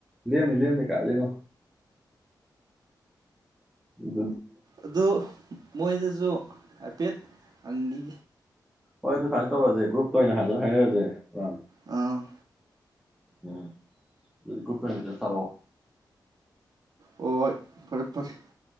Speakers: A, in the centre; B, on the right.
A: ꯂꯝꯅꯤ ꯂꯝꯅꯤ ꯀꯥꯏꯗꯩꯅꯣ ꯎꯝ
B: ꯑꯗꯨ ꯃꯣꯏꯗꯁꯨ ꯍꯥꯏꯐꯦꯠ ꯑꯪꯒꯤ
A: ꯍꯣꯏ ꯑꯗꯨ ꯁꯃꯥꯏꯅ ꯇꯧꯔꯁꯦ ꯒ꯭ꯔꯨꯞꯇ ꯑꯣꯏꯅ ꯐꯖꯅ ꯍꯥꯏꯅꯔꯁꯦ ꯔꯥꯝ
B: ꯑ
A: ꯎꯝ ꯑꯗꯨꯗꯤ ꯒ꯭ꯔꯨꯞꯇ ꯑꫭꯏꯅ ꯃꯦꯁꯦꯁ ꯊꯔꯛꯑꯣ
B: ꯍꫭꯏ ꯐꯔꯦ ꯐꯔꯦ